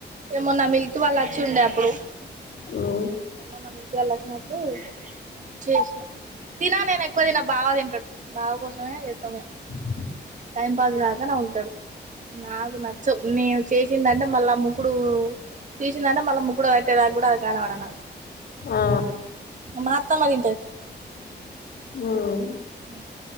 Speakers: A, on the right; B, on the left.
A: ఏమన్నా మిల్క్ వాళ్ళు వచ్చి ఉండే అప్పుడు
B: మ్మ్
A: మొన్న మిల్క్ వాళ్ళు వచ్చారు చేసినా తినా నేను ఎక్కువ తిన బావా తింటాడు బావ కోసమే చేద్దమనే
B: <inaudible>
A: టైం పాస్ కాక నముళ్తాడు నాకు నచ్చవు నేను చేసిందంటే మళ్ళా ముకుడు తీసిందంటే మళ్ళా ముక్కుడు పెట్టే దాకా కూడా అది కనపడ నాకు
B: ఆ
A: మాత్తమ్మా తింటారు
B: హ్మ్
A: ఆ